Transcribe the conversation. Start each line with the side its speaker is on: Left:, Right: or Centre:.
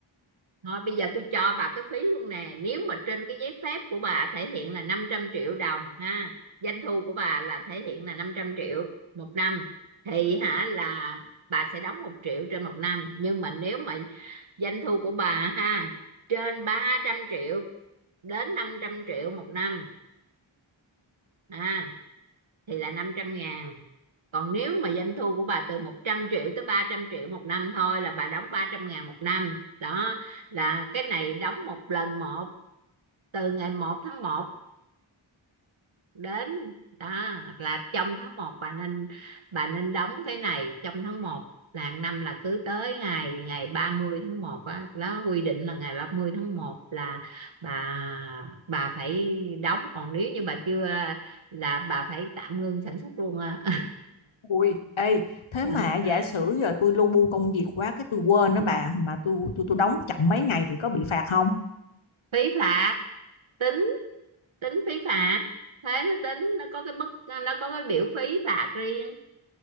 Right: Thôi bây giờ tôi cho bà cái phí luôn nè Nếu mà trên cái giấy phép của bà thể hiện là 500 triệu đồng ha Doanh thu của bà là thể hiện là năm trăm triệu một năm Thì hả là bà sẽ đóng một triệu trên một năm Nhưng mà nếu mà doanh thu của bà ha Trên ba trăm triệu đến năm trăm triệu một năm ha Thì là năm trăm ngàn Còn nếu mà doanh thu của bà từ 100 triệu tới 300 triệu một năm thôi Là bà đóng ba trăm ngàn một năm đó là cái này đóng một lần một từ ngày một tháng một đến đó là trong tháng một bà nên bà nên đóng cái này trong tháng một là hàng năm là cứ tới ngày ngày 30 tháng một á đó quy định là ngày 30 tháng một là bà bà phải đóng còn nếu như bà chưa là bà phải tạm ngưng sản xuất luôn á
Left: Ui, ê, thế
Right: <laughs>
Left: mà giả sử giờ tôi lu bu công việc quá cái tôi quên đó bà mà tôi tôi tôi đóng chậm mấy ngày thì có bị phạt không?
Right: phí phạt tính tính phí phạt thế nó tính nó có cái mức nó có cái biểu phí phạt riêng